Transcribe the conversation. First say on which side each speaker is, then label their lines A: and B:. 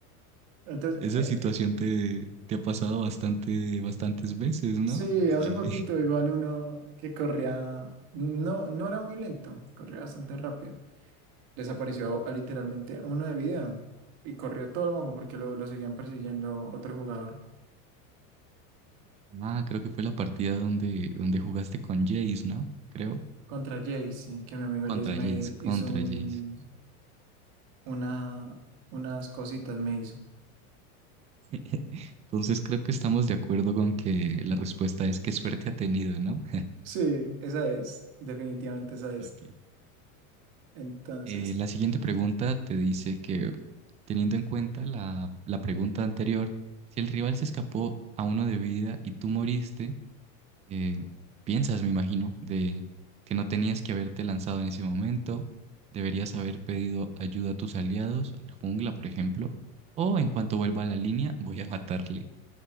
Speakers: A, on the right; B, on the right.
A: Entonces,
B: Esa
A: eh,
B: situación te, te ha pasado bastante, bastantes veces, ¿no?
A: sí,
B: Sí.
A: hace poquito igual uno que corría, no, no era muy lento, corría bastante rápido. desapareció a literalmente uno de vida y corrió todo el mapa porque lo, lo seguían persiguiendo otro jugador
B: Ah, creo que fue la partida donde, donde jugaste con Jace, ¿no? Creo.
A: contra Jace, sí, que mi amigo
B: Contra
A: Jace me
B: Jace, contra
A: hizo un,
B: Jace.
A: una, unas cositas, me hizo.
B: <laughs> Entonces creo que estamos de acuerdo con que la respuesta es qué suerte ha tenido, ¿no?
A: Sí, esa es, definitivamente esa es.
B: <laughs> Ok.
A: Entonces,
B: Eh, la siguiente pregunta te dice que, teniendo en cuenta la, la pregunta anterior, si el rival se escapó a uno de vida y tú moriste, eh, piensas, me imagino, de que no tenías que haberte lanzado en ese momento, deberías haber pedido ayuda a tus aliados, al jungla, por ejemplo, o en cuanto vuelva a la línea, voy a matarle.